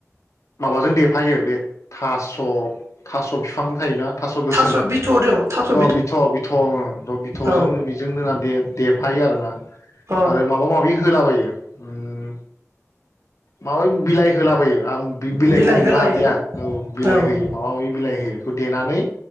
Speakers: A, on the left; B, on the right.
A: माबाजों देफायो बे थास' थास' थास बिफां थायोना थास‌गोसोम
B: थास' बिथ' दं थास'
A: अ बिथ बिथउम बिथजों
B: औ
A: बिजोंनो दे देफायो आरोना
B: अ
A: आरो माबा माबि होलाबायो <inaudible> उम माबाय बिलाइ होलाबायो आं बि बिलाइखौ
B: बिलाइ
A: हमनो
B: होलायोना
A: हादिया औ बिलाइ
B: औ
A: होयो
B: उम
A: माबा माबि बिलाइ होयो बेखौ देनानै